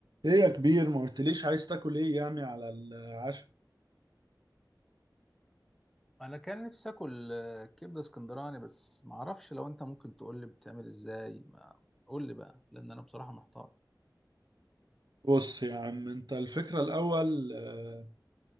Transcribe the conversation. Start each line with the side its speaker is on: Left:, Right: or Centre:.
Right: ايه يا كبير ما قلتليش عايز تاكل ايه يعني على العشاء
Centre: انا كان نفسي اكل آه، كبده اسكندراني بس ما اعرفش لو انت ممكن تقول لي بتعمل ازاي ما قول لي بقى لان انا بصراحه محتار
Right: بص يا عم انت الفكرة الاول آه،